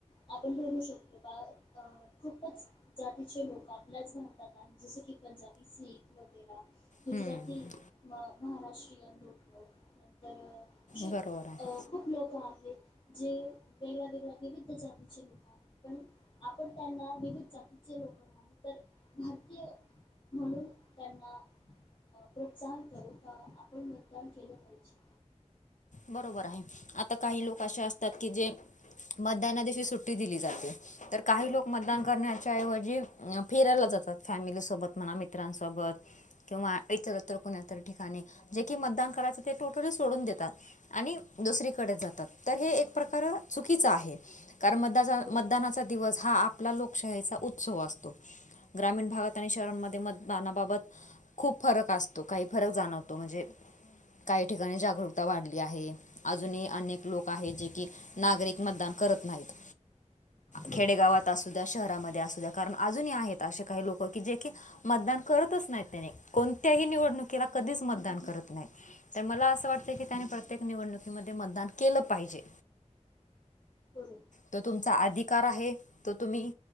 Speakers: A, on the left; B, on the left.
A: <unintelligible> आपण बोलू शकतो का खूपच जातीचे लोक आपल्याच भारतातात आहे की जसे पंजाबी, सीख वगैरा. गुजराती
B: हम्म,
A: म महाराष्ट्रीयन लोक <unintelligible> नंतर अशे
B: बरोबर आहे
A: अ खूप लोक आहेत जे वेगळ्या वेगळ्या विविध <unintelligible> जातीचे लोक पण आपण त्यांना विविध जातीचे लोक नाही तर भारतीय म्हणून त्यांना प्रोत्साह करू का आपण? <unintelligible> काण केलं पाहिजे?
B: बरोबर आहे आता काही लोक अशे असतात की जे मतदाना दिवशी सुट्टी दिली जाते तर काही लोक मतदान
A: बरोबर,
B: करण्यात च्या ऐवजी फिरायला जातात फॅमिली सोबत म्हणा मित्रांसोबत किंवा इतरत कुणातरी ठिकाणी जे कि मतदान करायचं ते टोटली सोडून देतात. आणि दुसरीकडे जातात तर हे एक प्रकार चुकीचं आहे. कारण मदाचा
A: बरोबर,
B: मतदानाचा दिवस हा आपला लोकशाहीचा उत्सव असतो. ग्रामीण भागात आणि शहरांमध्ये मतदानाबाबत खूप फरक असतो काही फरक जाणवतो म्हणजे काही ठिकाणी जागरूकता वाढली. आहे अजून अनेक लोक आहेत जे की नागरिक मतदान करत नाहीत.
A: बरोबर,
B: खेडेगावात असू द्या शहरामध्ये असू द्या कारण अजूनही आहेत असे काही लोक की जे की मतदान करतच नाही त्याने कोणत्याही निवडणुकीला कधीच मतदान करत नाही. तर मला असं वाटतं की त्याने प्रत्येक निवडणुकीमध्ये मतदान केलं पाहिजे.
A: करू.
B: तो तुमचा अधिकार आहे तो तुम्ही